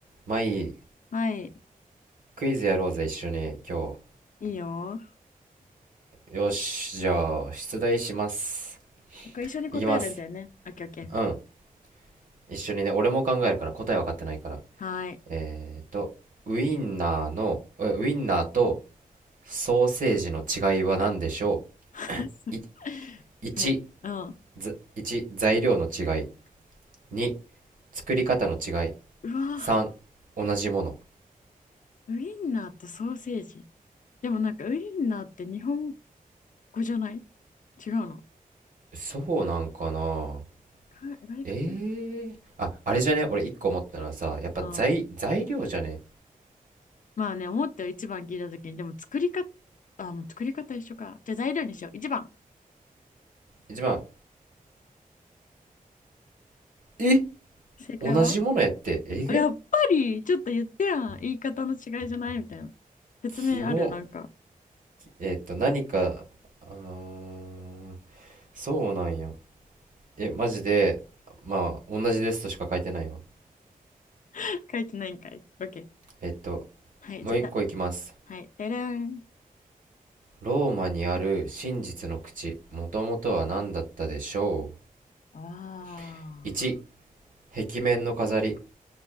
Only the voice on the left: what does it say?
はい。
いいよ。
これ一緒に答えるんだよね。
オッケーオッケー。
はーい。
<laughs> そう
はい。うん。
うわ、
ウインナーとソーセージ。でもなんかウインナーって日本語じゃない違うの
か外国
ああ。
まあね、思ったよ。一番聞いたときに。でも作り方、あ、もう作り方一緒か。じゃあ材料にしよう。一番。
正解は
あやっぱり、ちょっと言ってやん。言い方の違いじゃないみたいな。説明あるなんか。
<laughs> 書いてないんかい。オッケー。
はい、
じゃあだ。はい。でれん。
ああ